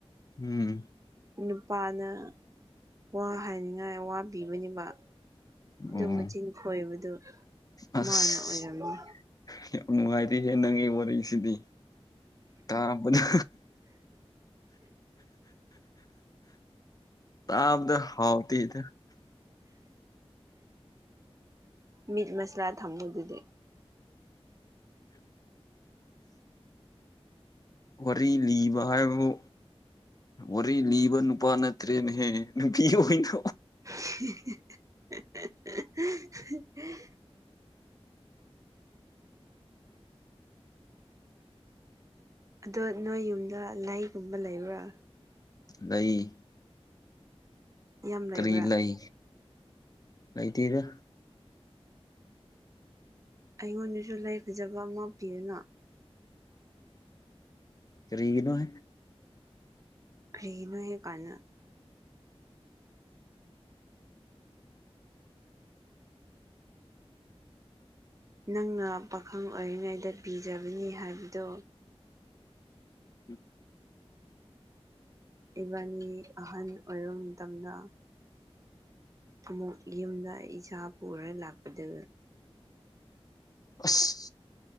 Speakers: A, on the left (about 35°); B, on the right (about 30°).
A: ꯎꯝ
B: ꯅꯨꯄꯥꯅ ꯋꯥ ꯍꯥꯏꯅꯤꯡꯉꯥꯏ ꯋꯥ ꯄꯤꯕꯅꯦꯕ ꯑꯗꯨ
A: ꯑꯣ
B: ꯃꯆꯤꯟ ꯈꯣꯏꯕꯗꯨ
A: ꯑꯁ
B: ꯃꯥꯅ ꯑꯣꯏꯔꯝꯅꯤ
A: ꯌꯥꯝ ꯅꯨꯡꯉꯥꯏꯗꯤ ꯍꯦ ꯅꯪꯒꯤ ꯋꯥꯔꯤꯁꯤꯗꯤ ꯇꯕꯗ ꯇꯥꯕꯗ ꯍꯥꯎꯇꯦꯗ
B: ꯃꯤꯠ ꯃꯁꯂꯥ ꯊꯝꯃꯨ ꯑꯗꯨꯗꯤ
A: ꯋꯥꯔꯤ ꯂꯤꯕ ꯍꯥꯏꯕꯕꯨ ꯋꯥꯔꯤ ꯂꯤꯕ ꯅꯨꯄꯥ ꯅꯠꯇ꯭ꯔꯦꯅꯦꯍꯦ ꯅꯨꯄꯤ ꯑꯣꯏꯅ
B: <inaudible> ꯑꯗꯣ ꯅꯣꯏ ꯌꯨꯝꯗ ꯂꯩꯒꯨꯝꯕ ꯂꯩꯕ꯭ꯔꯥ
A: ꯂꯩ
B: ꯌꯥꯝ ꯂꯩꯕ꯭ꯔꯥ
A: ꯀꯔꯤ ꯂꯩ ꯂꯩꯇꯦꯗ
B: ꯑꯩꯉꯣꯟꯗꯁꯨ ꯂꯩꯥ ꯐꯖꯕ ꯑꯃ ꯄꯤꯌꯨꯅ
A: ꯀꯔꯤꯒꯤꯅꯣꯍꯦ
B: ꯀ꯭ꯔꯤꯒꯤꯅꯣ ꯀꯥꯢ ꯍꯥꯢꯅ ꯅꯪꯅ ꯄꯥꯈꯪ ꯑꯣꯏꯔꯤꯉꯩꯗ ꯄꯤꯖꯕꯅꯤ ꯍꯥꯏꯕꯗꯣ
A: ꯎꯝ
B: ꯏꯕꯥꯟꯅꯤ ꯑꯍꯜ ꯑꯣꯏꯔꯕ ꯃꯇꯝꯗ ꯑꯃꯨꯛ ꯌꯨꯝꯗ ꯏꯆꯥ ꯄꯨꯔ ꯂꯥꯛꯄꯗꯣ
A: ꯑꯁ